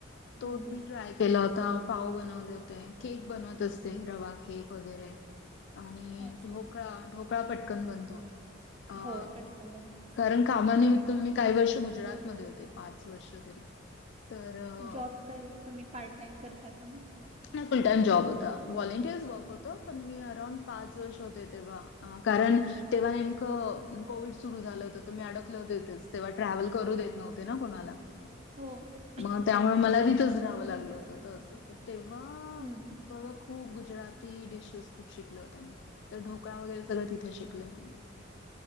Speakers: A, on the right; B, on the left.
A: हम्म
B: तो
A: हम्म.
B: मी ट्राय केला होता. पाव बनवले होते, केक बनवत असते, रवा केक वगैरे. आणि
A: अच्छा
B: ढोकळा- ढोकळा पटकन बनतो. अ,
A: हो पटकन बनतो.
B: कारण कामानिमित्त मी काही वर्ष गुजरातमध्ये होते, पाच वर्ष तरी. तर अ,
A: जॉब करत, तुम्ही पार्ट टाइम करता का मग?
B: नाही फुल टाइम जॉब होता. व्हॉलेंटिअर्स वर्क होतं पण मी अराऊंड पाच वर्ष होते तेव्हा. अं कारण तेव्हा नेमकं कोविड सुरू झालं होतं. तुम्ही अडकले होते इथेच तेव्हा ट्रॅव्हल करू देत न होते ना कोणाला.
A: हो
B: मग त्यामुळं
A: बरोबर
B: मला तिथच रहावं लागल होत तसं त तेव्हा,
A: हम्म हम्म
B: तवा खूप गुजराती डिशेस खूप शिकलं होत मी. ते ढोकळा वगैरे सगळं तिथे शिकलेय मग.